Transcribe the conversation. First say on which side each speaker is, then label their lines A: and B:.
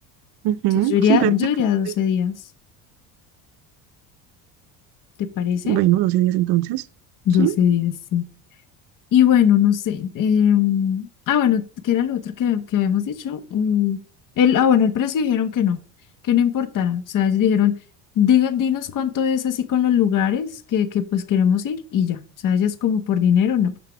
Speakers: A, on the right (about 55°); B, on the left (about 40°).
A: Ujú,
B: Entonces yo iría,
A: Sí, prácticamente.
B: yo iría 12 días, ¿te parece?
A: Bueno, 12 días entonces,
B: doce
A: ¿sí?
B: días, sí. Y bueno, no sé. em, ah, bueno, ¿qué era lo otro que, que habíamos dicho? Mm, el, ah, bueno, el precio dijeron que no, que no importara. O sea, ellos dijeron, diga, dinos cuánto es así con los lugares que, que pues queremos ir y ya. O sea, ya es como por dinero, no.